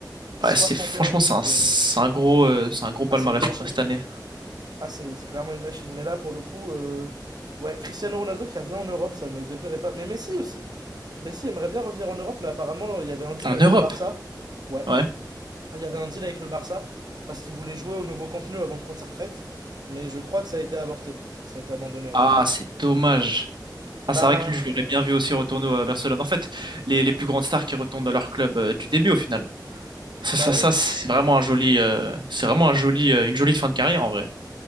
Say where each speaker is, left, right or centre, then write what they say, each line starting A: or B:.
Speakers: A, on the right (about 60°); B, on the right (about 75°).
A: soixante
B: ouais. C'est franchement,
A: et un buts,
B: c'est
A: c'est
B: un, c'est un gros, euh, c'est un gros palmarès
A: ah c'est une machine.
B: hein, cette année.
A: Ah, c'est c'est clairement une machine. Mais là, pour le coup, euh, ouais, Cristiano Ronaldo qui revient en Europe, ça me déplairait pas. Mais Messi aussi. Messi aimerait bien revenir en Europe, mais apparemment, il y avait un deal
B: En
A: avec
B: Europe,
A: le Barça. Ouais,
B: ouais.
A: il y avait un deal avec le Barça parce qu'il voulait jouer au nouveau contenu avant de prendre sa retraite. Mais je crois que ça a été avorté. Ça a été abandonné, ouais.
B: Ah, c'est dommage. Ah,
A: Bah,
B: c'est vrai que lui,
A: après,
B: je l'aurais bien vu aussi retourner à Barcelone. En fait, les, les plus grandes stars qui retournent dans leur club euh, du début au final. Ça,
A: bah
B: ça,
A: ouais.
B: ça, c'est vraiment un joli, euh, c'est vraiment un joli, euh, une jolie fin de carrière en vrai.